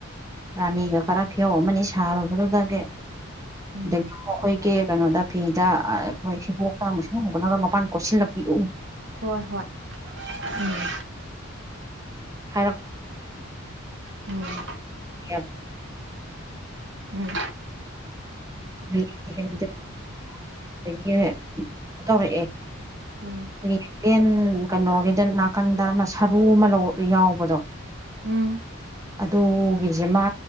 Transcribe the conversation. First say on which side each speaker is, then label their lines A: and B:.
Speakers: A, on the right; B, on the right.
A: ꯔꯥꯅꯤꯒ ꯈꯔ ꯐꯤꯌꯧ ꯑꯃꯅꯤ ꯁꯥꯔꯨꯕꯗꯨꯗꯒꯤ
B: ꯎꯝ
A: ꯑꯩꯈꯣꯏ ꯀ ꯀꯩꯅꯣꯗ ꯐꯤꯗ ꯑꯩꯈꯣꯏ ꯍꯤꯕꯣꯛꯇ ꯃꯨꯁ ꯍꯧꯕꯅꯒ ꯃꯄꯥꯟ ꯀꯣꯠꯁꯤꯜꯂꯛ ꯄꯤꯛꯎ
B: ꯍꯣꯏ ꯍꯣꯏ ꯎꯝ
A: ꯍꯥꯏꯔ
B: ꯎꯝ
A: ꯑꯦ
B: ꯎꯝ
A: <unintelligible> ꯑꯗꯒꯤꯩꯅ ꯇꯧꯔꯛꯑꯦ
B: ꯎꯝ
A: ꯑꯩꯈꯣꯏꯒꯤ ꯌꯦꯦꯟ ꯀꯩꯅꯣꯒꯤꯗ ꯅꯥꯀꯟꯗ ꯑꯃ ꯁꯔꯨ ꯑꯃ ꯂꯧ ꯌꯥꯎꯕꯗꯣ
B: ꯎꯝ
A: ꯑꯗꯨꯒꯤꯁꯦ ꯃꯥ